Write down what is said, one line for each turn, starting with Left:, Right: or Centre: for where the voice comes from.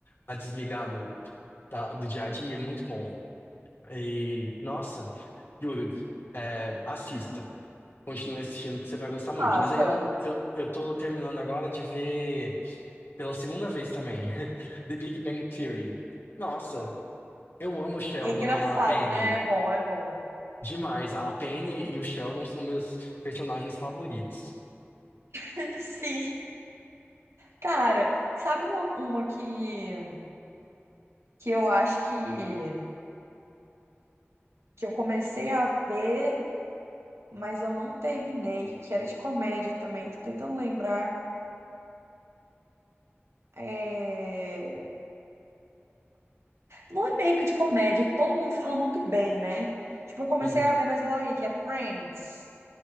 Left: a desligar do, da- do dia a dia, é muito bom. E, nossa, juro, é, assista. Continue assistindo que você vai gostar muito.
Right: Passa.
Left: Mas aí eu, eu, eu tô terminando agora de ver pela segunda vez também, <laughs> The Big Bang Theory. Nossa, eu amo o Sheldon
Right: É engraçado,
Left: e a Penny
Right: né? É bom, é bom.
Left: demais. A Penny e o Sheldon são meus personagens favoritos.
Right: <laughs> Sim. Cara, sabe uma, uma que, que eu acho que, que eu comecei a ver, mas eu não terminei, que era de comédia também, tô tentando lembrar. É... Não é meio que de comédia, que todo mundo fala muito bem, né? Tipo, eu comecei
Left: Uhum.
Right: a ver, mas eu larguei, que é Friends.